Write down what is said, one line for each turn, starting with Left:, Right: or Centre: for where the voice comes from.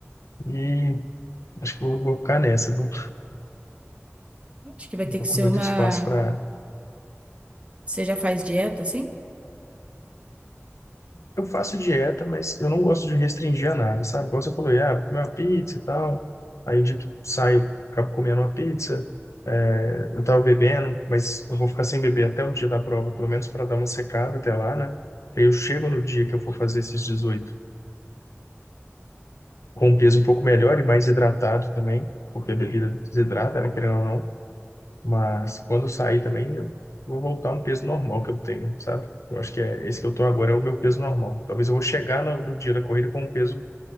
Left: e acho que eu vou ficar nessa. Não,
Right: Acho que vai
Left: não
Right: ter
Left: tô
Right: que ser
Left: com muito
Right: uma.
Left: espaço para
Right: Você já faz dieta, assim?
Left: Eu faço dieta, mas eu não gosto de restringir a nada, sabe? Como você falou, ah, vou comer uma pizza e tal. Aí o dia que saio, acabo comendo uma pizza. É, eu tava bebendo, mas eu vou ficar sem beber até o dia da prova, pelo menos para dar uma secada até lá, né? Aí eu chego no dia que eu for fazer esses 18 com um peso um pouco melhor e mais hidratado também, porque a bebida desidrata, né? Querendo ou não. Mas quando eu sair também, eu vou voltar a um peso normal que eu tenho, sabe? Eu acho que é esse que eu tô agora é o meu peso normal. Talvez eu vou chegar no, no dia da corrida com um peso